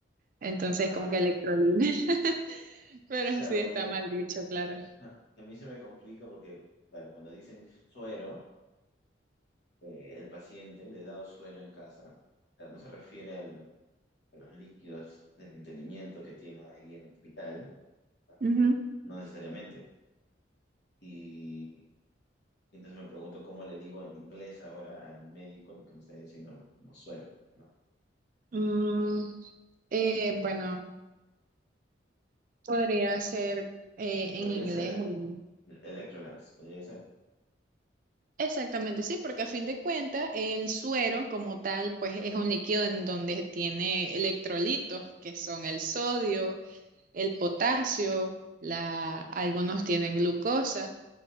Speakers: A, on the right (about 45°); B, on the left (about 60°).
A: entonces
B: Ah,
A: como que electrolit, <laughs> pero
B: claro,
A: sí está
B: porque
A: mal dicho, claro.
B: Ajá. A mí se me complica porque, claro, cuando dicen suero, eh, el paciente le he dado suero en casa, claro, no se refiere al- a los líquidos de mantenimiento que tiene ahí en el hospital, no
A: Ujú.
B: No necesariamente. Y entonces me pregunto cómo le digo en inglés ahora al médico lo que me está diciendo como suero, ¿no?
A: Mm, eh, bueno, podría ser eh, en
B: Podría
A: inglés.
B: ser
A: el-
B: electrolytes, podría ser.
A: Exactamente, sí, porque a fin de cuentas el suero como tal, pues es un líquido en donde tiene electrolitos, que son el sodio el potasio, la, algunos tienen glucosa.